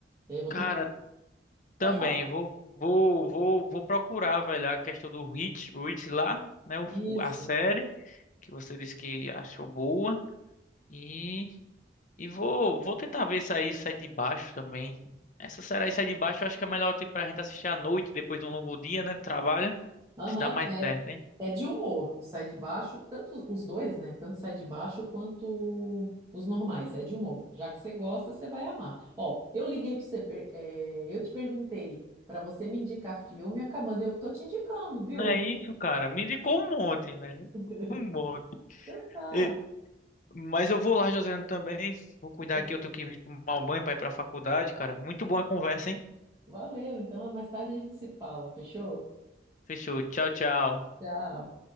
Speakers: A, on the right (about 15°); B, on the left (about 45°).
A: E aí eu vou
B: cara,
A: ter que.
B: também
A: Pode falar.
B: vou vou vou vou procurar, velho, a questão do Rich, Rich lá, né, o,
A: Isso.
B: o- a série que você disse que achou boa e E vou, vou tentar ver isso aí, sai de baixo também. Essa série aí sai de baixo, eu acho que é melhor tipo, pra gente assistir à noite, depois de um longo dia, né? de Trabalho.
A: Aham,
B: Se dá mais
A: porque é,
B: certo, hein?
A: é de humor. O Sai de Baixo, tanto os dois, né? Tanto Sai de Baixo quanto os normais. É de humor. Já que você gosta, você vai amar. Ó, eu liguei pra você, per- é, eu te perguntei pra você me indicar filme, acabando eu que tô te indicando,
B: Não
A: viu?
B: é isso, cara. Me indicou um monte, velho.
A: <laughs>
B: Um monte.
A: Então tá.
B: E- Mas eu vou lá, Josiane, também. Vou cuidar
A: Eu-
B: aqui, eu tenho que tomar um banho pra ir pra faculdade, cara. Muito boa a conversa, hein?
A: valeu. Então mais tarde a gente se fala. Fechou?
B: Fechou. Tchau, tchau.
A: Tchau.